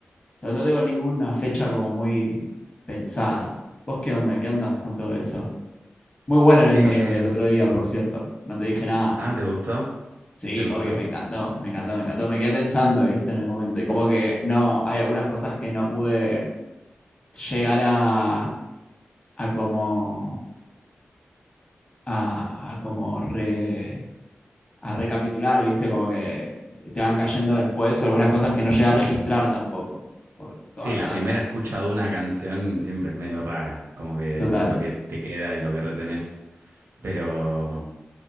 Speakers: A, on the left (about 30°); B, on the right (about 75°).
A: Pero no tengo ninguna fecha como muy pensada. ¿Vos qué onda? ¿En qué andás con todo eso? Muy bueno el ensayo
B: Eh,
A: que el otro día, por cierto. No te dije nada.
B: ah, ¿te gustó?
A: Sí,
B: ¿Te gustó?
A: obvio, me encantó, me encantó, me encantó. Me quedé pensando, viste, en el momento. Y como que no, hay algunas cosas que no pude llegar a, a como, a, a como re, a recapitular, viste, como que te van cayendo después, o algunas cosas que no llegué a registrar tampoco, por toda
B: Sí,
A: la
B: la
A: data.
B: primera escucha de una canción siempre es medio rara, como que
A: Total.
B: lo que te queda y lo que retenés. Pero,